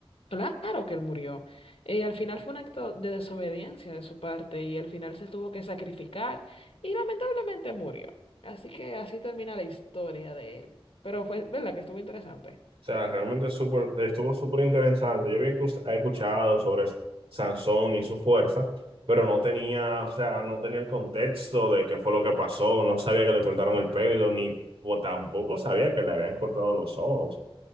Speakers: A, on the left; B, on the right.
A: Claro que él murió. Eh, al final fue un acto de desobediencia de su parte y al final se tuvo que sacrificar y lamentablemente murió. Así que así termina la historia de él. Pero fue, ¿verdad? Que estuvo interesante.
B: O sea, realmente súper, estuvo súper interesante. Yo bien que us- he escuchado sobre Sansón y su fuerza, pero no tenía, o sea, no tenía el contexto de qué fue lo que pasó, no sabía que le cortaron el pelo, ni o tampoco sabía que le habían cortado los ojos.